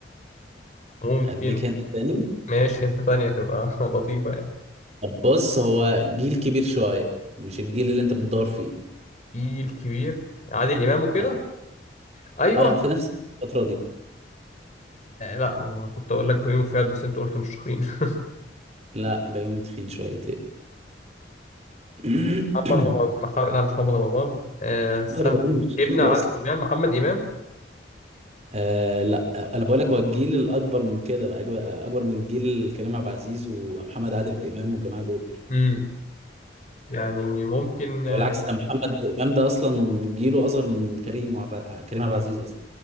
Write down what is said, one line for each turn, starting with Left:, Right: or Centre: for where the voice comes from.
Left: ممكن
Right: اديك هنت تاني
Left: ماشي انت ثانية تبقى <laughs> لطيفة يعني
Right: طب بص هو جيل كبير شويه مش الجيل اللي انت بتدور فيه
Left: في الكبير عادل إمام وكده
Right: اه
Left: أيوه
Right: اه في نفس الفتره دي
Left: آه، لا هو كنت أقول لك بيومي فؤاد بس أنت قلت مش شخين <laughs>
Right: لا بيومي تخين شويتين <coughs>
Left: محمد رمضان مح... لا مش محمد رمضان آه استنى
Right: ما ضربوهوش
Left: ابن
Right: مش جيل
Left: عادل
Right: اصلا
Left: إمام محمد إمام
Right: آه لا آه، انا بقول لك هو الجيل الاكبر من كده اكبر أكبر من جيل كريم عبد العزيز ومحمد عادل امام والجماعه دول
Left: امم يعني ممكن
Right: ده
Left: اه
Right: بالعكس ده محمد امام ده اصلا جيله اصغر من كريم وعب... كريم عبد العزيز اصلا